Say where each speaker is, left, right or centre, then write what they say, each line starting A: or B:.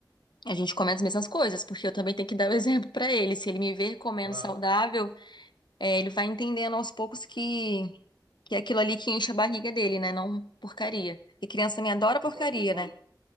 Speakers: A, on the left (about 70°); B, on the right (about 70°).
A: a gente come as mesmas coisas, porque eu também tenho que dar o <laughs> exemplo pra ele. Se ele me ver comendo
B: Claro.
A: saudável, eh, ele vai entendendo aos poucos que, que é aquilo ali que enche a barriga dele, né? Não porcaria. E criança me adora porcaria,
B: E, qua- e, qua-
A: né?